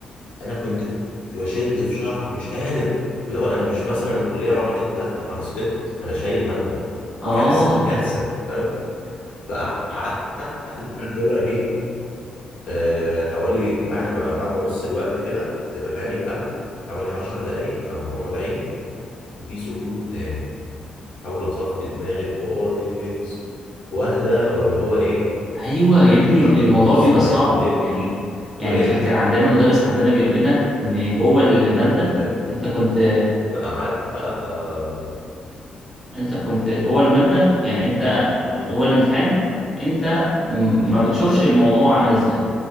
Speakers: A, on the left; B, in the centre.
A: انا كنت بشد في شعري مش قادر اللي هو انا مش مثلا الكليه راحت لا انا سقطت انا شايل ماده
B: اه
A: كارثه كارثه فاهم فقعدت اللي هو ايه آه، حوالي بعد ما عدى نص الوقت كده رامي القلم حوالي عشر دقايق انا مغمض عيني وفي سكوت تام بحاول اصفي دماغي خالص واهدى ولا هو ايه
B: ايوه يا ابني
A: احنا احنا
B: الموضوع
A: بص
B: بيبقى
A: اللي
B: صعب
A: هي- اللي
B: يعني يعني
A: يجرى
B: كان
A: ايه
B: كان عندنا مدرس عندنا بيقول لنا ان جوه الماده
A: فاهم
B: انت كنت
A: فقعدت بقى. آه،
B: انت كنت جوه الماده يعني انت
A: مم،
B: جوه الامتحان انت م- ما بتشوفش الموضوع عامل ازاي